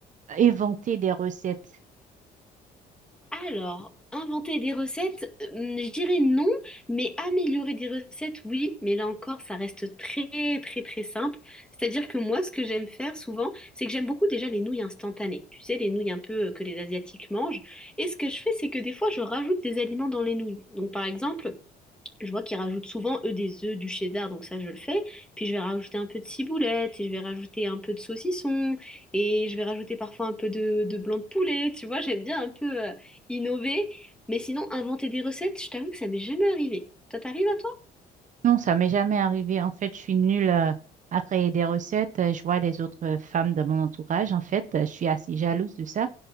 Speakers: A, on the right; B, in the centre.
A: inventer des recettes?
B: Alors, inventer des recettes, euh, je dirais non, mais améliorer des recettes, oui, mais là encore, ça reste très, très, très simple. C'est-à-dire que moi, ce que j'aime faire souvent, c'est que j'aime beaucoup déjà les nouilles instantanées. Tu sais, les nouilles un peu euh, que les Asiatiques mangent. Et ce que je fais, c'est que des fois, je rajoute des aliments dans les nouilles. Donc, par exemple, je vois qu'ils rajoutent souvent, eux, des œufs, du cheddar, donc ça, je le fais. Puis je vais rajouter un peu de ciboulette, et je vais rajouter un peu de saucisson, et je vais rajouter parfois un peu de, de blanc de poulet, tu vois, j'aime bien un peu euh, innover. Mais sinon, inventer des recettes, je t'avoue que ça m'est jamais arrivé. Ça t'arrive à toi?
A: Non, ça m'est jamais arrivé. En fait, je suis nulle euh, à créer des recettes. Euh, Je vois des autres euh, femmes de mon entourage. En fait, euh, je suis assez jalouse de ça.